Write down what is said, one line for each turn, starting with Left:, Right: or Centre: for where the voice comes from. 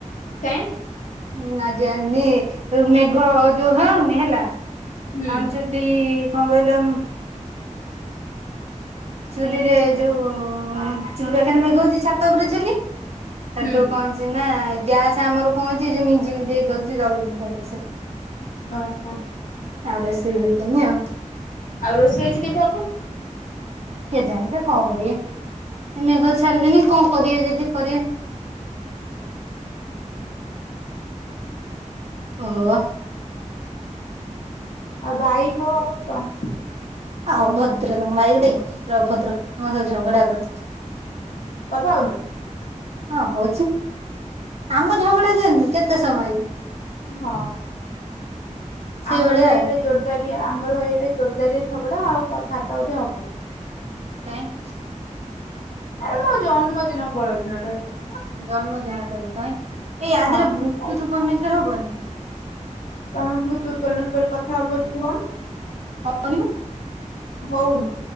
Left: କାଇଁ?
Right: ହୁଁ ଆଜି ଆଣିନି ମେଘ ଯୋଉ ହଉନି ହେଲା।
Left: ହୁଁ
Right: ଆମଞ୍ଚଲି ପ କହିଲମ୍। ଚୁଲିରେ ଯୋଉ ଚୁଲି ପାଖରେ ମେଘ ହଉଛି ଛାତ ଉପରେ ଚୁଲି ସେଠୁ
Left: ହୁଁ
Right: କଣ ହେଇଚି ନା। ଗ୍ୟାସ ଆମର କଣ ହେଇଚି ଏ ଯୋଉ ମିଞ୍ଜି ମଞ୍ଜି ହେଇାଉଛି ଜଳୁନି ଭଲ ସେ।
Left: ଓ ହୋ।
Right: ଆଉ <unintelligible> ଆଉ।
Left: ଆଉ ରୋଷେଇ ଆଜି କେମତି ହବ?
Right: କେଜନି ସେ କଣ କରିବେ? ମେଘ ଛାଡ଼ିଲେଣିି କଣ କରିବେ ଯଦି କରିବେ। ଓହବ।
Left: ଆ ଭାଇ କଣ <inaudible>
Right: ଅଭଦ୍ର ମ ଗୋଟେ ଭଦ୍ର ଅଭଦ୍ରକେ ଝଗଡା କରିଚି।
Left: କଥା ହଉନ
Right: ହଁ ହଉଛି ଆମ ଝଗଡା ଜନୁ କେତେ ସମୟ ୟେ।
Left: ହଁ
Right: ସେଇଭଳିଆ
Left: ଆମର ଏଇଟା ଭାଇ ଜୋରଦାର ଆମର ଭାଇ ଏଇଟା ଜୋରଦାରିଆ ଝଗଡା ଆଉ କଥାବାର୍ତ୍ତା ବୋଧେ ହବନି।
Right: କାଇଁ?
Left: ଆରେ ମୋ ଜନ୍ମଦିନ ପରଦିନ ଠାରୁ ଠୁ।
Right: ଜନ୍ମଦିନ ଠାରୁ କାଇଁ ଏଇ ଆ
Left: ହଁ
Right: ଦେହରେ ବ୍ଲୁଟୁଥ୍ କନେକ୍ଟ ହବନି?
Left: ତମେ ବ୍ଲୁତୁତ୍ କନେକ୍ଟ କରି କଥା ହବ ଯଦି ହଉନ।
Right: <unintelligible>
Left: ହଉନି।